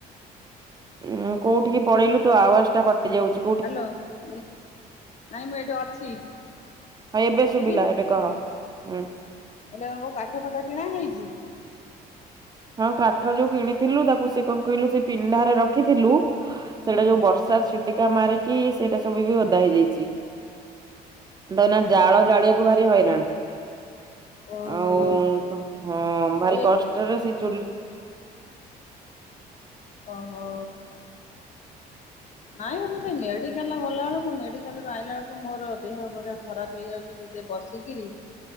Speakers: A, on the right; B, on the left.
A: ଉଁ କୋଉଠିକି ପଳେଇଲୁ ତୋ ଆୱାଜଟା କଟିଯାଉଚି
B: ହାଲୋ ନାଇଁ ମୁଁ ଏଇଠି ଅଛି।
A: ହଁ ଏବେ
B: ଶୁଭି
A: ଶୁବିଲା ଏବେ କହ ହୁଁ।
B: ଏଲେ କଁ ପାଠ ଫାଠ କିଣା ହେଇଚି।
A: ହଁ କାଠ ଯୋଉ କିଣିଥିଲୁ ତାକୁ ସେ କଣ କହିଲୁ ସେ ପିଣ୍ଡାରେ ରଖିଥିଲୁ ସେଇଟା
B: ହୁଁ
A: ଯୋଉ ବର୍ଷ୍ ସେଆ ଛିଟିକା ମାରିକି ସେଇଟା ସବୁ ବି ଓଦା ହେଇଯାଇଚି। ଦଇନ ଜାଳ ଜାଳିବାକୁ ଭାରି ହଇରାଣ।
B: ଓହୋ
A: ଆଉ ହଁ ଭାରି
B: ଆଉ ଏ
A: କଷ୍ଟରେ ସେ ଚୁଲ୍
B: ଓହୋ।
A: ହ।
B: ନାଇଁ ମୁଁ ସେ ମେଡିକାଲ ଗଲା ବେଳକୁ ମେଡିକାଲରୁ ଆଇଲା ବେଳକୁ ମୋର ଦେହ ପୁରା ଖରାପ ହେଇଯାଉଚି ସେଇ ସେ ବସିକିରି
A: ହ।